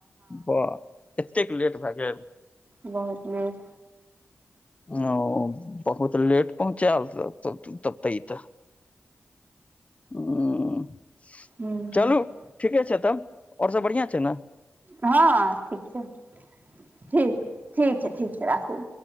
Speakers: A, on the left; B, on the right.
A: ब एतेक लेट भए गेल।
B: बहुत लेट।
A: ओ बहुत लेट पहुँचा यल। तब तऽ ई तऽ ह
B: ह
A: चलू। ठीके छै, तब और सभ बढ़िया छै। ने
B: हँ ठीक छै, ठीक ठीक छै, ठीक छै राखू।